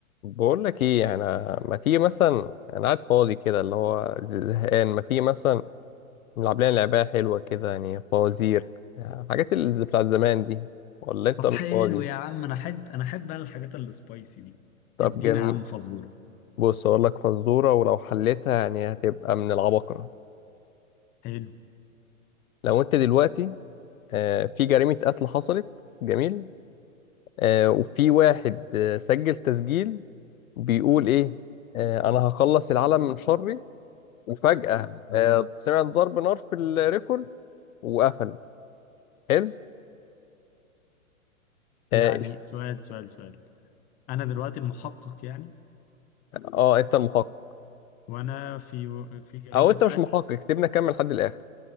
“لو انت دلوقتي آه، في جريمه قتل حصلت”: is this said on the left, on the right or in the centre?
Left